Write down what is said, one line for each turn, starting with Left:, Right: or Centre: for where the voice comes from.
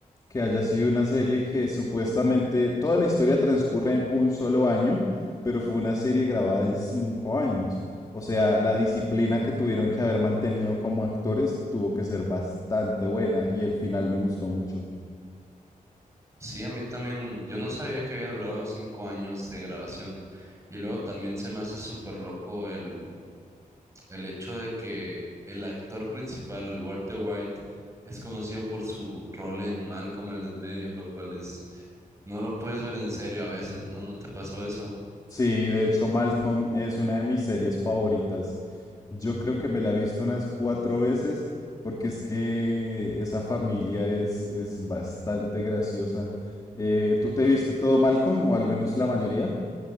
Left: que haya sido una serie que supuestamente toda la historia transcurre en un solo año, pero fue una serie grabada en cinco años. O sea, la disciplina que tuvieron que haber mantenido como actores tuvo que ser bastante buena y el final me gustó mucho.
Right: Sí, a mí también, yo no sabía que había durado cinco años de grabación y luego también se me hace súper loco el el hecho de que el actor principal, Walter White, es conocido por su rol en Malcolm el del medio, lo cual es, no lo puedes ver en serio a veces, ¿no? ¿No te pasó eso?
Left: Sí, de hecho Malcolm es una de mis series favoritas. Yo creo que me la he visto unas cuatro veces porque es que esa familia es, es bastante graciosa. Eh, ¿tú te viste todo Malcolm o al menos la mayoría?